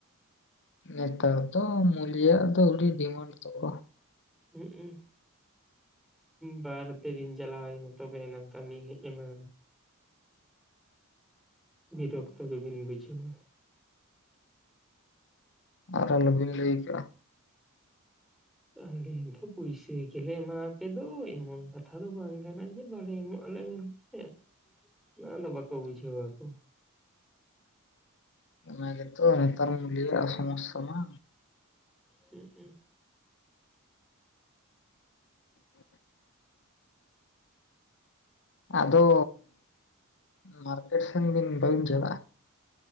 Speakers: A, on the left (about 55°); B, in the centre.
A: ᱱᱮᱛᱟᱨ ᱫᱚ ᱢᱩᱞᱤᱭᱟᱜ ᱫᱚ ᱟᱹᱰᱤ ᱰᱤᱢᱟᱱᱰ ᱛᱟᱠᱚ
B: ᱦᱩᱸᱜ-ᱩ ᱵᱟᱨᱯᱮ ᱫᱤᱱ ᱪᱟᱞᱟᱣᱟᱭ ᱢᱮ ᱛᱚᱵᱮᱭᱟᱱᱟᱝ ᱠᱟᱹᱢᱤᱭ ᱦᱮᱡ ᱟᱢᱟ ᱵᱤᱨᱚᱠᱛᱚ ᱜᱮᱵᱤᱱ ᱵᱩᱡᱷᱟᱹᱣᱟ
A: ᱟᱨ ᱟᱞᱚᱵᱤᱱ ᱞᱟᱹᱭ ᱠᱟᱜᱼᱟ
B: ᱟᱞᱮ ᱫᱚ ᱯᱩᱭᱥᱟᱹ ᱜᱮᱞᱮ ᱮᱢᱟᱣᱟᱯᱮ ᱫᱚ ᱮᱢᱚᱱ ᱠᱟᱛᱷᱟ ᱫᱚ ᱵᱟᱝ ᱠᱟᱱᱟ ᱡᱮ ᱵᱟᱞᱮ ᱮᱢᱚᱜ ᱟᱞᱮ ᱦᱮᱸ ᱱᱚᱣᱟ ᱫᱚ ᱵᱟᱠᱚ ᱵᱩᱡᱷᱟᱹᱣᱟᱠᱚ᱾
A: ᱚᱱᱟ ᱜᱮᱛᱚ ᱱᱮᱛᱟᱨ ᱢᱩᱞᱭᱟᱹ ᱟᱜ ᱥᱚᱢᱚᱥᱥᱟ ᱢᱟ
B: ᱦᱩᱸᱜ-ᱩᱜ
A: <inaudible> ᱟᱫᱚ ᱢᱟᱨᱠᱮᱴ ᱥᱮᱱ ᱵᱤᱱ ᱵᱟᱹᱵᱤᱱ ᱪᱟᱞᱟᱜᱼᱟ